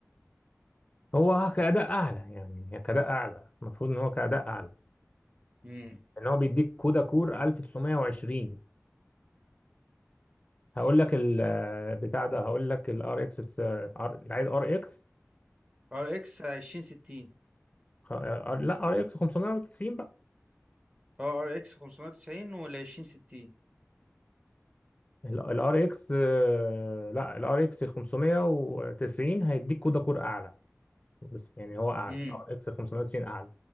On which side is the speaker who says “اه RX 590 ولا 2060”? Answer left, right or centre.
Right